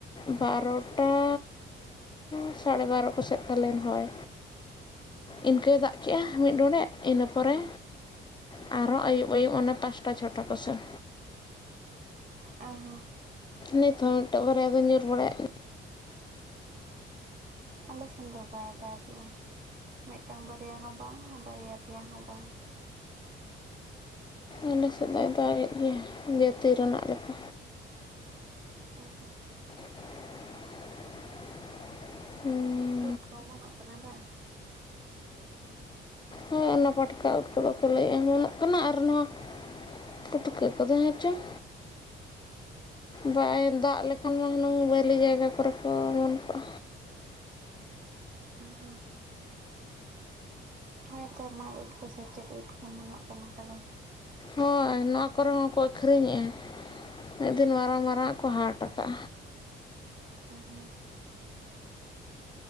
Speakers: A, on the left (about 20°); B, on the right (about 40°).
A: ᱵᱟᱨᱚᱴᱟᱻ ᱥᱟᱲᱮ ᱵᱟᱨᱚ ᱠᱚ ᱥᱮᱫ ᱯᱟᱞᱮᱱ ᱦᱳᱭ ᱤᱱᱠᱟᱹᱭ ᱫᱟᱜ ᱠᱮᱜᱼᱟ ᱢᱤᱫ ᱰᱚᱸᱰᱮᱠ ᱤᱱᱟᱹ ᱯᱚᱨᱮ ᱟᱨᱦᱚ ᱟᱹᱭᱩᱵ ᱟᱹᱭᱩᱵ ᱚᱱᱮ ᱯᱟᱥ ᱴᱟ ᱪᱚᱴᱟ ᱠᱚᱥᱮᱱ
B: ᱚ ᱦᱚᱸ
A: ᱱᱤᱛᱦᱚᱸ ᱢᱤᱫᱴᱮᱝ ᱵᱟᱨᱭᱟ ᱫᱚ ᱧᱩᱨ ᱵᱟᱲᱟᱭᱮᱫ
B: ᱟᱞᱮ ᱥᱮᱱ ᱫᱚ ᱵᱟᱭ ᱫᱟᱜ ᱮᱫᱼᱟ, ᱢᱤᱫᱴᱟᱝ ᱵᱟᱨᱭᱟ ᱦᱚᱸ ᱵᱟᱝ ᱵᱟᱨᱭᱟ ᱯᱮᱭᱟ ᱦᱚᱸ ᱵᱟᱝ
A: ᱟᱞ ᱥᱮᱫ ᱫᱚᱭ ᱫᱟᱜᱮᱫ ᱜᱮᱭᱟ ᱡᱟᱹᱛᱤ ᱨᱮᱱᱟᱜ ᱞᱮᱠᱟ᱾
B: ᱚ ᱦᱚᱸ
A: <inaudible>
B: ᱩᱫ ᱠᱚ ᱚᱢᱚᱱᱚᱼᱜ ᱠᱟᱱᱟ ᱵᱟᱝ?
A: ᱦᱳᱭ ᱚᱱᱟ ᱯᱟᱴᱠᱟ ᱩᱫ ᱠᱚᱫᱚ ᱠᱚ ᱞᱟᱹᱭ ᱚᱢᱚᱱᱚᱼᱜ ᱠᱟᱱᱟ ᱟᱨ ᱱᱚᱣᱟ ᱯᱩᱴᱠᱟᱹ ᱠᱚᱫᱚ ᱦᱮᱸ ᱪᱚᱝᱼᱼ
B: <inaudible>
A: ᱵᱟᱭ ᱫᱟᱜ ᱞᱮᱠᱷᱟᱱ ᱢᱟ ᱦᱩᱱᱟᱹᱝ ᱵᱷᱟᱹᱞᱤ ᱡᱟᱭᱜᱟ ᱠᱚᱨᱮ ᱠᱚ ᱚᱢᱚᱱ ᱠᱚᱜᱼᱟ᱾
B: ᱦᱩᱸ ᱦᱩᱸ ᱦᱳᱭ ᱛᱚ ᱢᱟᱫ ᱩᱫ ᱠᱚ ᱥᱮ ᱪᱮᱫ ᱩᱫ ᱠᱚ ᱢᱚᱱᱚᱜ ᱠᱟᱱᱟ ᱛᱟᱞᱮ
A: ᱦᱳᱭ ᱱᱚᱣᱟ ᱠᱚᱨᱮ ᱦᱚᱸᱠᱚ ᱟᱹᱠᱷᱨᱤᱧᱮᱜᱼᱟ᱾ ᱢᱤᱫ ᱫᱤᱱ ᱢᱟᱨᱟᱝ ᱢᱟᱨᱟᱝ ᱠᱚ ᱦᱟᱴ ᱠᱟᱜᱼᱟ᱾
B: ᱚ ᱦᱮ